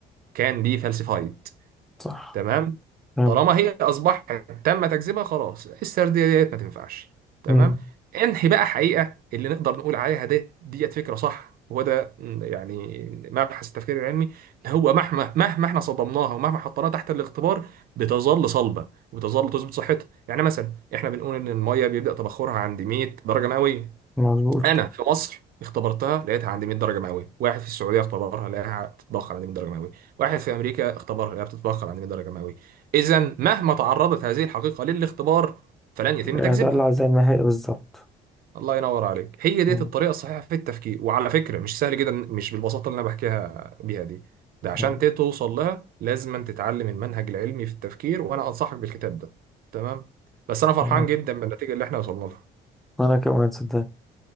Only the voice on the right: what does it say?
كان بي فالسيفايد
تمام
طالما هي اصبحت تم تكذيبها خلاص السرديه ديت ما تنفعش تمام
انهي بقى حقيقه اللي نقدر نقول عليها ده ديت فكره صح وهو ده م، يعني مبحث التفكير العلمي إن هو مهما مهما احنا صدمناها ومهما حطيناها تحت الاختبار بتظل صلبه وبتظل تثبت صحتها يعني مثلا احنا بنقول ان الميه بيبدا تبخرها عند 100 درجه مئويه
انا في مصر اختبرتها لقيتها عندي 100 درجه مئويه واحد في السعوديه اختبرها لقاها بتتبخر عندي 100 درجه مئويه واحد في امريكا اختبرها لقاها بتتبخر عندي 100 درجه مئويه اذا مهما تعرضت هذه الحقيقه للاختبار فلن يتم
تكذيبها
الله ينور عليك هي ديت
الطريقه الصحيحه في التفكير وعلى فكره مش سهل جدا مش بالبساطه اللي انا بحكيها بيها دي ده عشان
ت- توصل لها لازم أن تتعلم المنهج العلمي في التفكير وانا انصحك بالكتاب ده تمام بس انا فرحان
جدا بالنتيجه اللي احنا وصلنا لها